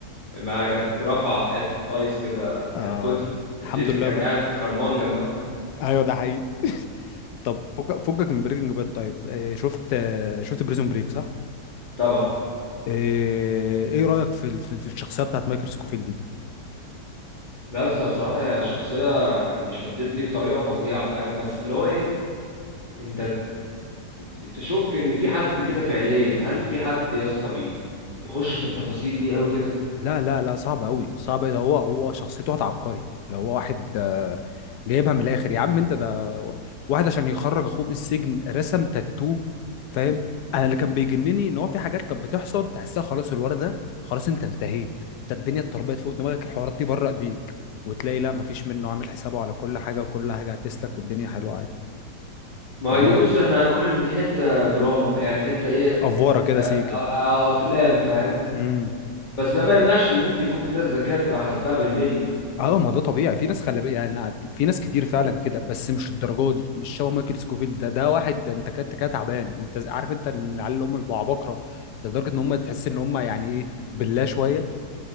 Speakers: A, on the left (about 25°); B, on the left (about 75°).
A: ما كانت رافعه حته ايس كده
B: اه
A: كانت كتله
B: الحمد
A: جيسي
B: لله
A: كان
B: بقى
A: قاعد خرمان جنبها
B: ايوه ده حقيقي طب فك- فكك من بريكنج باد طيب آه، شفت آه، شفت بريزون بريك صح؟
A: طبعا
B: آه، ايه رايك في ال- في في الشخصيه بتاعت مايكل سكوفيلد دي
A: لا لسه بصراحة هي شخصية يعني شدتني بطريقة فظيعة فاهم بس اللي هو ايه انت ت- ت- تشك ان في حد كده فعليا هل في حد يا اسطى بي- يخش في التفاصيل دي قوي كده
B: لا لا لا صعب قوي صعب ده هو هو شخصيته واحد عبقري لو هو واحد آه، جايبها من الاخر يا عم انت ده واحد عشان يخرج اخوه من السجن رسم تاتو فاهم انا اللي كان بيجنني ان هو في حاجات كانت بتحصل تحسها خلاص الولد ده خلاص انت انتهيت انت الدنيا اتربيت فوق دماغك الحوارات دي بره ايديك وتلاقي لا مفيش منه عامل حسابه على كل حاجه وكل حاجه هتسلك والدنيا حلوه عادي
A: ما
B: اللي
A: هي دي
B: هو
A: بص احنا هنقول ان دي حتة دراما ف- يعني حتة ايه
B: افوره
A: حتة
B: كده سيكه
A: أ- أ- أو افلام فاهم
B: امم
A: بس ده ما يمنعش ان ممكن يكون في ناس ذكية بتبقى حاسباها بالملي
B: اه ما ده طبيعي في ناس خلي بالك يعني أنا- في في ناس كتير فعلا كده بس مش للدرجه دي مش شبه مايكل سكوفيل ده ده واحد ده انت كده انت كده تعبان انت ز- عارف انت العيال اللي هم بيبقوا عباقره لدرجه ان هم تحس ان هم يعني ايه بالله شويه